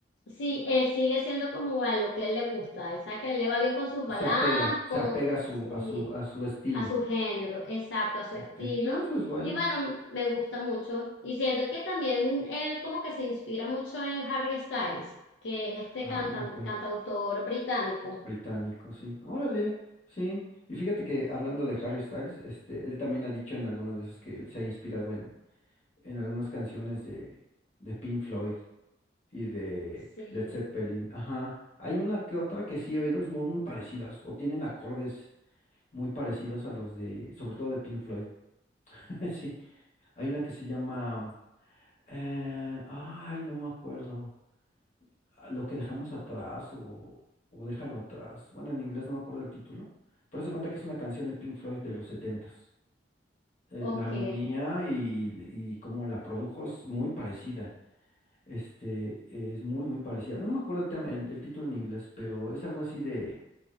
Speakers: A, on the left (about 75°); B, on the left (about 40°).
A: sí, él sigue siendo como a lo que él le gusta. Él sabe que a él le va bien con sus baladas,
B: Se apega,
A: con,
B: se apega a su,
A: sí,
B: a su, a su estilo.
A: a su género, exacto, a su
B: Ok,
A: estilo.
B: eso es bueno.
A: Y bueno, me gusta mucho. Y siento que también él como que se inspira mucho en Harry Styles, que es este
B: Ah,
A: cantan-
B: ok.
A: cantautor británico.
B: Británico, sí. Órale, sí. Y fíjate que hablando de Harry Styles, este, él también ha dicho en algunas veces que él se ha inspirado en, en algunas canciones de, de Pink Floyd y de
A: Sí,
B: Led Zeppelin. Ajá. Hay una que otra que sí he oído es muy muy parecidas o tienen acordes muy parecidos a los de, sobre todo de Pink Floyd. <laughs> Sí. Hay una que se llama Eh, ay, no me acuerdo. Ah, Lo que dejamos atrás o, o déjalo atrás. Bueno, en inglés no me acuerdo el título, pero se cuenta que es una canción de Pink Floyd de los setentas. Eh,
A: ok.
B: la armonía y, y cómo la produjo es muy parecida. Este, es muy, muy parecida. No me acuerdo el tema- el, el título en inglés, pero es algo así de,